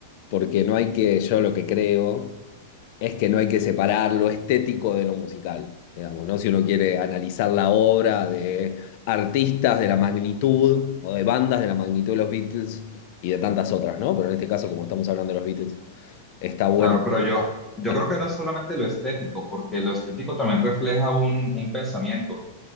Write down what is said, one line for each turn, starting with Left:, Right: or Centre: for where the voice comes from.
Left: Porque no hay que, yo lo que creo. es que no hay que separar lo estético de lo musical, digamos, ¿no? Si uno quiere analizar la obra de artistas de la magnitud o de bandas de la magnitud de los Beatles y de tantas otras, ¿no? Pero en este caso, como estamos hablando de los Beatles, está bueno.
Centre: Claro, pero yo,
Left: Ah,
Centre: yo
Left: ah,
Centre: creo
Left: no.
Centre: que no es solamente lo estético, porque lo estético también refleja un, un pensamiento.